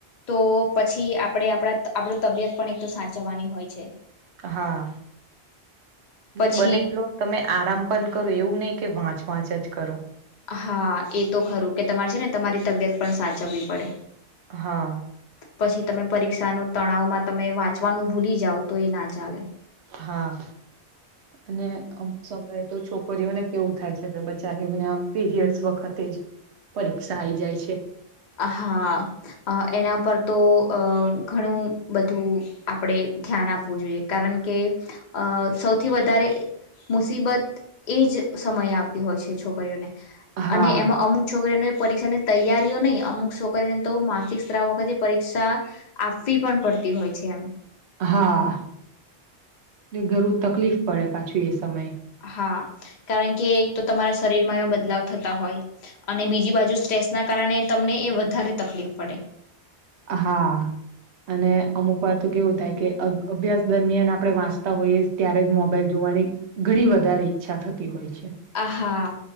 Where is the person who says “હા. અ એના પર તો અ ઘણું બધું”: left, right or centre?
Left